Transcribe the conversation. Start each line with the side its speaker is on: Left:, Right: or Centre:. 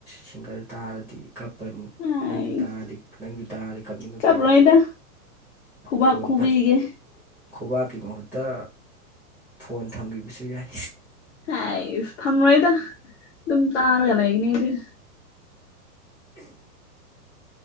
Centre: ꯁꯤꯡꯒꯔ ꯇꯥꯔꯗꯤ ꯀꯞ ꯀꯞꯄꯅꯤ
Left: ꯍꯥꯏꯁ
Centre: ꯅꯪꯁꯨ ꯇꯥꯔꯗꯤ ꯅꯪꯁꯨ ꯇꯥꯔꯗꯤ ꯀꯥꯞꯅꯤꯡꯉꯛꯀꯅꯤ
Left: ꯆꯠꯂꯣꯏꯗ ꯈꯨꯕꯥꯛ
Centre: ꯈꯟ
Left: ꯈꯨꯕꯤꯒꯦ
Centre: ꯐꯆ ꯈꯨꯕꯥꯛꯀꯤ ꯃꯍꯠꯇ ꯐꯣꯟ ꯊꯝꯈꯤꯕꯁꯨ ꯌꯥꯏ
Left: ꯍ ꯊꯝꯂꯣꯏꯗ ꯑꯗꯨꯝ ꯇꯥꯔꯒ ꯂꯩꯒꯅꯤ ꯑꯩꯁꯦ